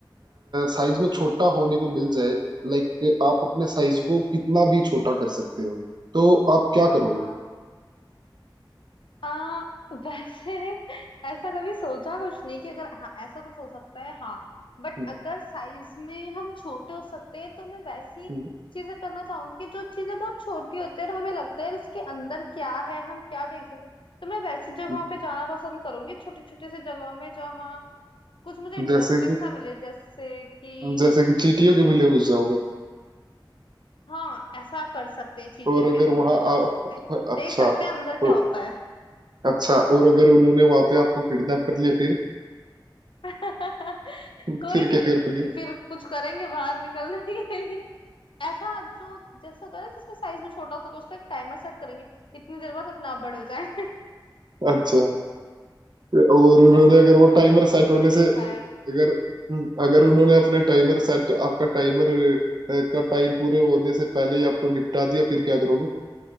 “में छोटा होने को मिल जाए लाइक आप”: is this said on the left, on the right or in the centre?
Right